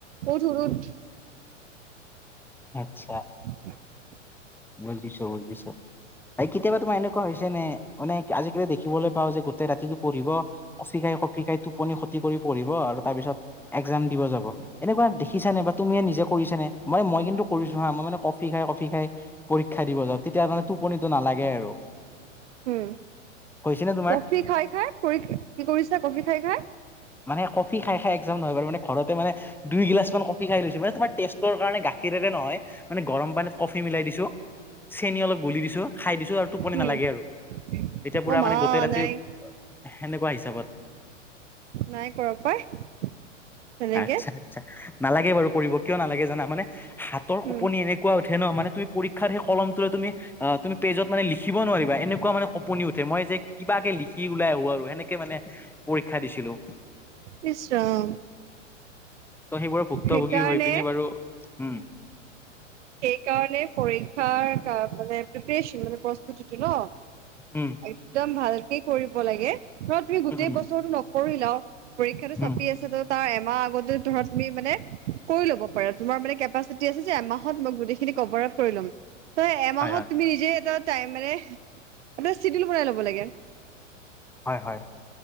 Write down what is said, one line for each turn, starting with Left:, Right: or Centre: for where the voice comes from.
Right: উঠ', উঠ', উঠ'।
Centre: আত্ছা।
Right: <inaudible>
Centre: বুজিছো বুজিছো। এই কেতিয়াবা তোমাৰ এনেকুৱা হৈছে নে, মানে আজিকালি দেখিবলৈ পাও যে গোটেই ৰাতিটো পঢ়িব। কফি খাই কফি খাই টোপনি খতি কৰি পঢ়িব আৰু তাৰপিছত একজাম দিব যাব। এনেকুৱা দেখিছা নে বা তুমিও নিজে কৰিছানে? মই মই কিন্তু কৰিছো হা, মই মানে কফি খাই কফি খাই পৰীক্ষা দিব যাওঁ, তেতিয়া মানে টোপনিতো নালাগে আৰু।
Right: উম,
Centre: হৈছে নে তোমাৰ
Right: কফি খাই খাই পৰি, কি কৰিছা কফি খাই খাই?
Centre: মানে কফি খাই খাই একজাম নহয় বাৰু, মানে ঘৰতে মানে দুই গিলাচ মান কফি খাই লৈছো, মানে তোমাৰ টেষ্টৰ কাৰণে গা সেইদৰে নহয়, মানে গৰম পানীত কফি মিলাই দিছো। চেনি অলপ গুলি দিছো, খাই দিছো আৰু টোপনি
Right: উম
Centre: নালাগে আৰু এতিয়া পুৰা
Right: অ মা
Centre: মানে গোটেই ৰাতি
Right: নাই
Centre: সেনেকুৱা হিচাপত।
Right: নাই কৰা পাই তেনেকে।
Centre: আচ্ছা আচ্ছা নালাগে বাৰু কৰিব, কিয় নালাগে জানা? মানে হাতৰ
Right: উম
Centre: কপনি এনেকুৱা উঠে ন মানে তুমি পৰী ক্ষাৰ সেই কলমটোৱে তুমি আহ', তুমি পেজত মানে লিখিব নোৱাৰিবা এনেকুৱা মানে কপনি উঠে, মই যে কিবাকে লিখি ওলাই আহো আৰু এনেকে মানে পৰীক্ষা দিছিলো।
Right: নিশ্চয় অ'।
Centre: ত' সেইবোৰৰ ভুক্তভোগী
Right: সেইকাৰণে
Centre: হৈ পিনে বাৰু উম'।
Right: সেইকাৰণে পৰীক্ষাৰ কা মানে প্ৰিপেৰচন মানে প্ৰস্তুতিটো ন
Centre: ওম,
Right: একদম ভালকে কৰিব লাগে, ধৰা তুমি গোটেই
Centre: উম উম
Right: বছৰো নকৰিলাও। পৰীক্ষাটো চাপি
Centre: উম
Right: আছে ত' তাৰ এমাহ আগতে ধৰা তুমি মানে কৰি ল'ব পাৰা তোমাৰ মানে কেপাচিটি আছে যে এমাহ মই গোটেই খিনি কভাৰ আপ কৰি ল'ম, ত' এমাহত
Centre: হয় হয়
Right: তুমি নিজে এটা তাই মানে, এটা চিদোল বনাই ল'ব লাগে।
Centre: হয়, হয়,